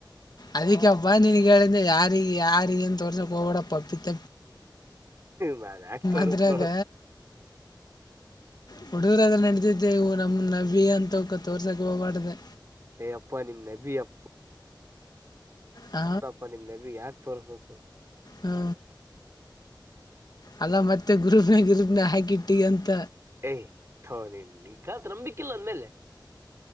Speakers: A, on the left; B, on the right.
A: ಅದಕ್ಕೆಪ್ಪಾ ನೀಗೆ ಯಾರ ಯಾರಿಗೆಏ ತೋರಿಸ ಕೋಡ ಪಪ್ಪಿತ
B: ನಾನ್ ಯಾಕ್ ತೋರಿಸ್ಲೋ
A: ಅದ್ರಾಗ ಹುಡುಗರಾಗ ನಡೆದಿದ್ದೆ ಇವು ನಮ್ ನವಿ ಅಂತಕ ತೋರ್ಸಕ್ ಹೋಗ್ಬಡ್ದ
B: ಏ ಅಪ್ಪಾ ನಿಮ್ ನಬಿ ಅಪ್ಪ
A: ಹ
B: ಹಪ್ಪಾ ನಿಮ್ ನವಿ ಯಾಕೆ ತೋರ್ಸ್ಬೇಕು
A: ಹ್ಮ ಅಲ್ಲ ಮತ್ತೆ ಗ್ರೂಪ್ನ ಗ್ರೂಪ್ನ ಹಾಕಿಟ್ಟಿ ಅಂತ
B: ಏ ತು ನಂಬಿಕೆ ಇಲ್ಲ ನನ್ನ ಮೇಲೆ